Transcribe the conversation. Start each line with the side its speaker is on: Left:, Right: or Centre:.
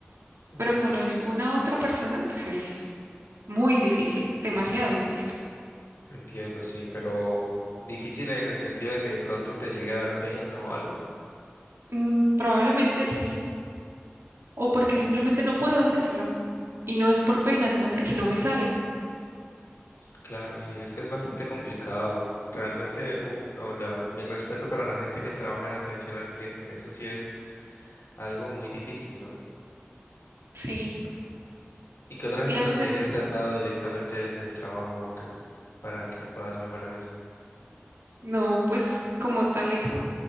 Left: ok.
Right: pero con alguna otra persona, pues es muy difícil, demasiado difícil.
Left: Entiendo, sí, pero difícil en el sentido de que de pronto te llegue a dar pena o algo.
Right: Mm, probablemente sí, o porque simplemente no puedo hacerlo, y no es por pena, sino porque no me sale,
Left: Claro, sí, es que es bastante complicado. Realmente, uff, no, la, mi respeto para la gente que trabaja en atención al cliente, eso sí es algo muy difícil, ¿no?
Right: ¿sí?
Left: ¿Y qué otras
Right: Y
Left: estrategias
Right: este,
Left: te han dado directamente desde el trabajo que, para que puedas mejorar eso?
Right: no, pues como tal eso,